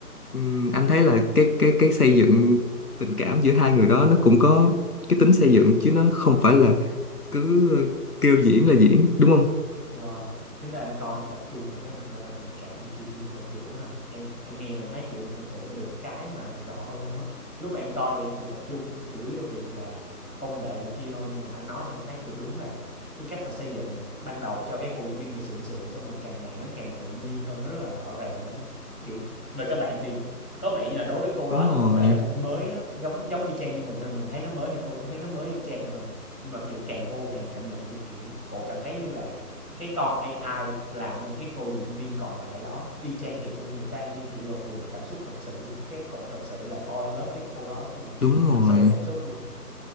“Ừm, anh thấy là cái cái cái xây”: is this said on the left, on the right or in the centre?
Left